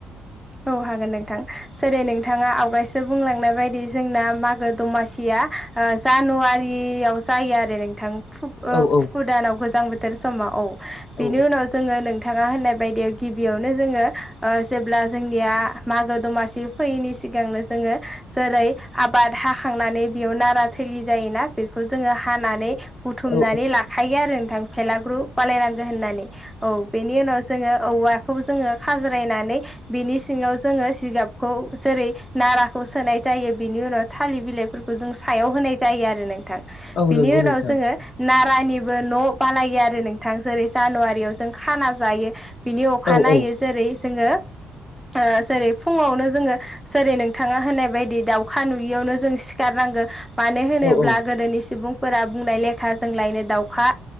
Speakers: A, in the centre; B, on the left.
A: औ हागोन नोंथां। सोरै नोंथाङा आवगायसो बुंलांनाय बायदि जोंना मागो दमासिया ओ जानुवारि याव जायो आरो नोंथां कु ओ
B: औ औ
A: कुकु दानाव गोजां बोथोर समाव औ बिनि
B: औ
A: उनाव जोङो नोंथाङा होननाय बायदि गिबियाव नो जोङो ओ जेब्ला जोंनिया मागो दमासि फैयैनि सिगांनो जोङो जेरै आबाद हाखांनानै बेयाव नारा थेलि जायोना बेखौ जोङो हानानै बुथुमनानै
B: औ
A: लाखायो आरो नोंथां फेलाग्रु बालायनांगो होननानै औ बेनि उनाव जोङो औवा जोङो खाज्रायनानै बिनि सिङाव जोङो जिगाबखौ जेरै नाराखौ सोनाय जायो बिनि उनाव थालिर बिलाइफोरखौ जों सायाव होनाय जायो आरो नोंथां
B: औ
A: बिनि
B: नंगौ
A: उनाव
B: नोंथां
A: जोङो नारानिबो न' बालायो आरो नोंथां जेरै जानुवारियाव जों खाना जायो बिनि अखा
B: औ
A: नायो
B: औ
A: जेरै जोङो ओ जेरै फुङावनो जोङो जेरै नोंथाङा होननाय बायदि दाउखा नुयियावनो जों सिखारना मानो होनोब्ला
B: औ औ
A: गोदोनि सुबुं फोरा बुंनाय लेखा जों लायनो दाउखा